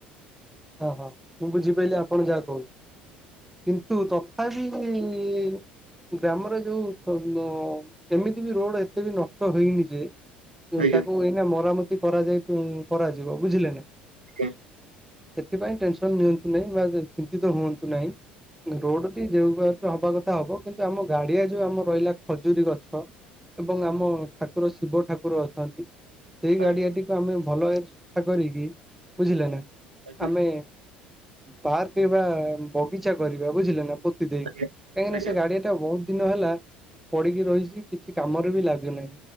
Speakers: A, in the centre; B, on the right (about 80°).
A: ଓଃ ହଁ ମୁଁ ବୁଝିପାଇଲିି ଆପଣ ଯାହା କହୁ କିନ୍ତୁ ତ <unintelligible> ଗ୍ରାମରେ ଯୋଉ ଏମିତି ବି ରୋଡ଼ ଏତେ ବି ନଷ୍ଟ ହେଇନି ଯେ
B: ଆଜ୍ଞା।
A: ତାକୁ ଏଇନା ମରାମତି କରାଯାଇ କରାଯିବ ବୁଝିଲେ ନା।
B: ଜ୍ଞା।
A: ସେଥିପାଇଁ ଟେନସନ ନିଅନ୍ତୁ ନାହିଁ ବା ଚିନ୍ତିତ ହୁଅନ୍ତୁ ନାହିଁ ରୋଡ଼ ଟି ଯୋଉ <unintelligible> ହବା କଥା ହବ କିନ୍ତୁ ଆମ ଗାଡ଼ିଆ ଯୋଉ ଆମ ରହିଲା ଖଜୁରୀ ଗଛ ଏବଂ ଆମ ଠାକୁର ଶିବ ଠାକୁର ଅଛନ୍ତି। ସେଇ ଗାଡ଼ିଆଟିକୁ
B: ଆଜ୍ଞା।
A: ଆମେ ଭଲ ଭାବରେ ସଫା କରିକି ବୁଝିଲେ ନା
B: ଆଜ୍ଞା
A: ଆମେ
B: ହୁଁ।
A: ପାର୍କ ବା ବଗିଚା କରିବା ବୁଝିଲେ ନା ଦେଇ
B: ଆଜ୍ଞା
A: କାହିଁକିନା ସେ ଗାଡ଼ିଆ ଟା ଏଟା ବହୁତ ଦିନ ହେଲା ପଡ଼ିକୀ ରହିଛି କିଛି କାମରେ ବି ଲାଗୁନାହିଁ